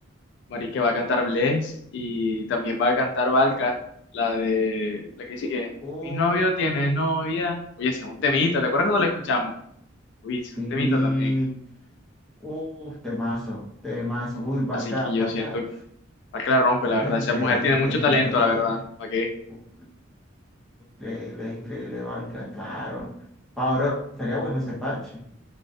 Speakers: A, on the left; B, in the centre.
A: Marica va a cantar Bless y también va a cantar Valka, la de la que dice que
B: Uh,
A: mi novio tiene novia. Oye, ese es un temita, ¿te acuerdas cuando lo escuchamos? Uy, ese es
B: sí.
A: un temita también.
B: Uh, temazo, temazo. Uy, Barca,
A: Así que yo
B: Barca,
A: siento que Valka la rompe,
B: Barca
A: la verdad.
B: es
A: Esa
B: increíble,
A: mujer tiene mucho
B: es
A: talento,
B: increíble.
A: la verdad. ¿Para qué?
B: Uh, increíble, es increíble, Barca, claro. Ahora estaría bueno ese parche.